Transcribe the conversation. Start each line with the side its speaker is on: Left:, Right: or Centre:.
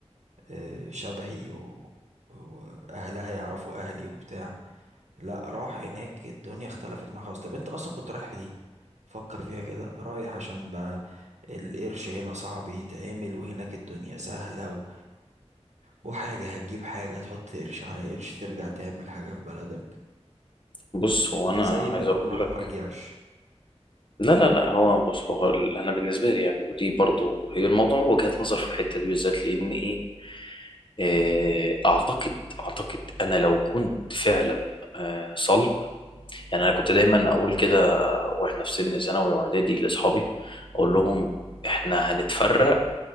Right: آه، شبهي و- واهلها يعرفوا اهلي وبتاع لا راح هناك الدنيا اختلفت معاه خالص طب انت اصلا كنت رايح ليه فكر فيها كده رايح عشان بقى القرش هنا صعب يتعمل وهناك الدنيا سهلة و... وحاجة هتجيب حاجة تحط قرش على قرش ترجع تعمل حاجة في بلدك
Left: بص هو
Right: ده
Left: انا
Right: زي
Left: عايز
Right: ما يكون
Left: اقول
Right: راح
Left: لك
Right: مرجعش
Left: لا لا لا هو بص هو ال- انا بالنسبه لي يعني ودي برضو هي الموضوع وجهة نظر في الحته دي بالذات لان ايه آه، اعتقد اعتقد انا لو كنت فعلا آه، صلب يعني انا كنت دايما اقول كده واحنا في سن ثانوي واعدادي لاصحابي اقول لهم احنا هنتفرق